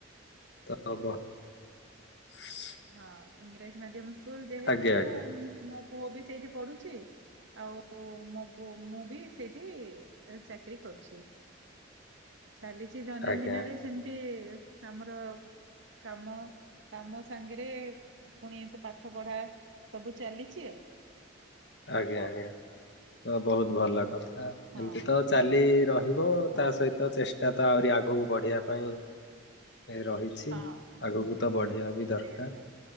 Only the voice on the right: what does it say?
ହଁ ଇଂରାଜୀ ମାଧ୍ୟମ ସ୍କୁଲ ଯେହେତୁ
ମୋ ପୁଅ ବି ସେଇଠି ପଢୁଛି ଆଉ ଓ ମୋ ପୁ ମୁଁ ବି ସେଇଠି ଚାକିରୀ କରୁଛି ଚାଲିଛି ଦୈନନ୍ଦିନରେ
ସେମିତି ଆମର କାମ କାମ ସାଙ୍ଗେରେ ପୁଣି ଏତେ ପାଠ ପଢା ସବୁ ଚାଲିଛି ଆଉ।
ହଁ
ହଁ
ହଁ
ସେୟା ସେୟା